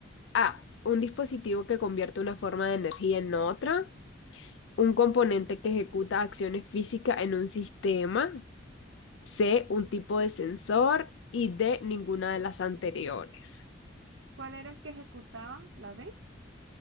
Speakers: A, on the left; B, on the right.
A: A, un dispositivo que convierte una forma de energía en otra. Un componente que ejecuta acciones físicas en un sistema. C, un tipo de sensor. Y D, ninguna de las anteriores.
B: ¿Cuál era el que ejecutaba? ¿La B?